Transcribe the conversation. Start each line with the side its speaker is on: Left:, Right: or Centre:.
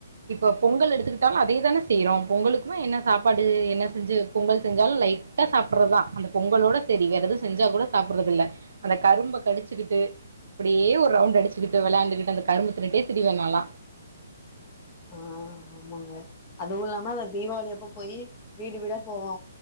Right: இப்போ பொங்கல் எடுத்துக்கிட்டாலு அதே தான செய்றோ பொங்கலுக்குமே என்ன சாப்பாடு என்ன செஞ்சு பொங்கல் செஞ்சாலு லைக் கட்ட சாப்பிடுறதுதா அந்த பொங்கலோட சரி வேற எதுவு செஞ்சா கூட சாப்டறது இல்ல அந்த கரும்ப கடிச்சுக்கிட்டு அப்படியே ஒரு ரவுண்ட் அடிச்சுகிட்டு விளாண்டுகுட்டு அந்த கரும்ப தின்னுட்டே திரியுவே நாலா
Left: ஆ ஆமாங்க அதுவு இல்லாம இந்த தீபாவளி அப்ப போய் வீடு வீடா போவோ